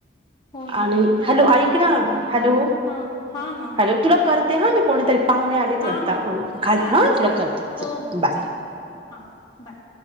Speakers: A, on the left; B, on the right.
A: हो ना
B: आणि
A: करेक्ट
B: हॅलो ऐक
A: आहे.
B: ना हॅलो
A: हां, हां, हां.
B: हॅलो तुला कर ते हा मी कोणीतरी पाहुणे आलेच
A: हां
B: वाटत
A: हां
B: खाली
A: चालेल
B: हा
A: चालेल
B: तुला करत
A: हो हो
B: बाय
A: चालेल हां हां बाय